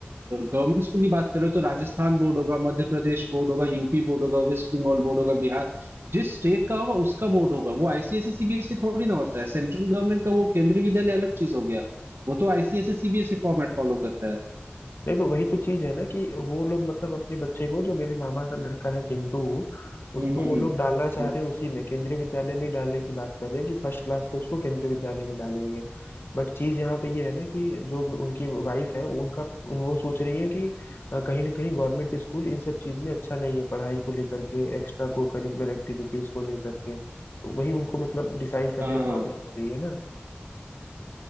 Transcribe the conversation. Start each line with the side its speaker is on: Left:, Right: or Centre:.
Right: गवर्नमेंट स्कूल की बात कर रहे हो तो राजस्थान बोर्ड होगा मध्य प्रदेश बोर्ड होगा यूपी बोर्ड होगा वेस्ट बंगाल बोर्ड होगा बिहार जिस स्टेट का होगा उसका बोर्ड होगा वो आईसीएसई सीबीएसई थोड़ी ना होता है सेंट्रल गवर्नमेंट का वो केंद्रीय विद्यालय अलग चीज हो गया वो तो आईसीएसई सीबीएसई फॉर्मेट फॉलो करता है
Left: नहीं तो वही तो चीज है ना कि वो लोग मतलब अपने बच्चे को जो मेरे मामा का लड़का है चिंटू उसको
Right: हम्म हम्म
Left: वो
Right: हम्म
Left: लोग डालना चाह
Right: हम्म,
Left: रहे हैं उसी में केंद्रीय विद्यालय में ही डालने की बात कर रहे हैं कि फर्स्ट क्लास से उसको केंद्रीय विद्यालय में डालेंगे बट चीज यहाँ पे ये है ना कि जो उनकी वाइफ है उनका उन- वो सोच रही है कि अ, कहीं ना कहीं गवर्नमेंट स्कूल इन सब चीज में अच्छा नहीं है पढ़ाई को लेकर के एक्स्ट्रा को करिकुलर एक्टिविटीज को लेकर के तो वही उनको मतलब डिसाइड करने
Right: हाँ
Left: में प्रॉब्लम
Right: हाँ
Left: हो रही है ना